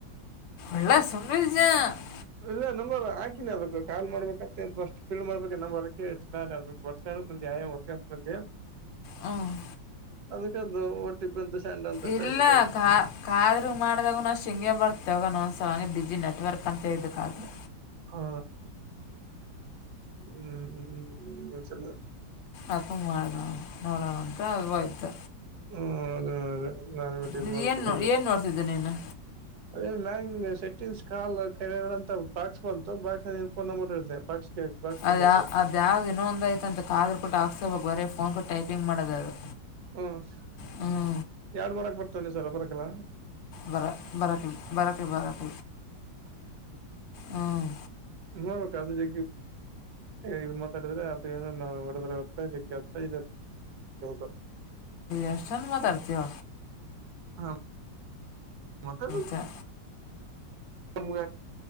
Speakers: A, on the left; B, on the right.
A: ಎಲ್ಲಾ ಸನ್ಜಾ <inaudible>
B: ಇಲ್ಲ ನಂಬರ್ ಹಾಕಿನಿ ಅದಕೆ ಕಾಲ್ ಮಾಡ್ಬೇಕಂತಸ್ಟ್ ಫೀಡ್ ಮಾಡ್ಬೇಕ ನಂಬ ಅ ನಾನ ಅ ಬಂದೆ ಆಯ ಹೊತ್ತ ಬಂದೆ
A: ಹ್ಮ <inaudible>
B: ಅದಕ್ಕಂತ ಒಟ್ಟಿಪ್ಪ ಅಂತ ಸೆಂಡ್ ಅಂತ
A: ಇಲ್ಲ
B: ಕಳ್ಸಿದ್ ಅದಕ್ಕೆ
A: ಕಾ ಕಾದ್ರ ಮಾಡ್ದಾಗನು ಅ ಶಿಂಗಗೆ ಬರ್ತವಗ ಒಂದಸ ಹಂಗ ಬಜಿ ನ ನೆಟ್ವರ್ಕ್ ಅಂತ ಹೇಳಕ್ಕಾದ್ರೆ
B: ಹಾ ಹ್ಮ್ ಹ್ಮ್ ಹ್ಮ್್ಮ ಚಲ್ಲ
A: ಅಕಂಗ ಮಾಡ ನೋಡೋಣಂತ ಅದವೋಯ್ತು
B: ಹ್ಮ ಅದೇ ಅದೇ ನಾನೇ ಬಿಟ್ಟ
A: ನೀನು
B: ಮಾಡ
A: ಏನು ಏನು ನೋಡ್ತಿದ್ದೆ ನೀನು
B: ಅದ ನ್ ಸೆಟ್ಟಿಂಗ್ಸ್ ಕಾಲ್ ಕೆರೆಗಳಂತ ಬಾಕ್ಸ್ ಬಂತು ಬಾಕ್ಸ್ ನಲ್ಲಿನ್ ಫೋನ್ ನಂಬರ್ ಇರುತ್ತದೆ ಬಾಕ್ಸ್ ಬಾಕ್ಸ್ ಬಂದಿತ್ತು
A: ಅದ ಅದ ಯಾವ್ದ ಇನ್ನೊಂದ್ ಐತ ಅಂತ ಕಾದ್ರ ಕೊಟ್ಟು ಹಾಕ್ಸೋಬೇಕು ಬರ ಫೋನ್ ಟೈಪಿಂಗ್ ಮಾಡೋದ ಅದು
B: ಆಫ
A: ಹ್ಞೂ
B: ಎರಡ್ ಮೂರಕ್ ಬರ್ತಿ ಸಲ ಬರಕಲ್ಲಾ
A: ಬರ ಬರಾಕ್ಕೆ ಬರಕ್ಕೆಲಿ ಬರಕ್ ಹ್ಮ್
B: ಮರ ಕದು ಜ ಇದ ಮಾತಾಡಿದ್ರ ಅದಡದ್ರ ಬರ್ತ ಜತಾ ಸ <inaudible>
A: ಎಷ್ಟನ್ ಮಾತಡ್ತೋ
B: ಹ ಮತ್ತ
A: ಚ
B: ಮು